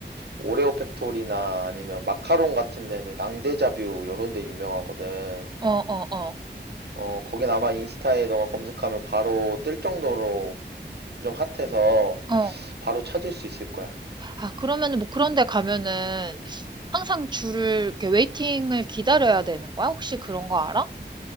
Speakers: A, on the right; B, on the right.
A: 오레오 팩토리나 아니면 마카롱 같은 데는 랑데자뷰 요런 데 유명하거든.
B: 어, 어, 어,
A: 어, 거긴 아마 인스타에 너가 검색하면 바로 뜰 정도로 좀 핫해서
B: 어.
A: 바로 찾을 수 있을 거야.
B: 아, 그러면은 뭐 그런 데 가면은 항상 줄을, 이렇게 웨이팅을 기다려야 되는 거야? 혹시 그런 거 알아?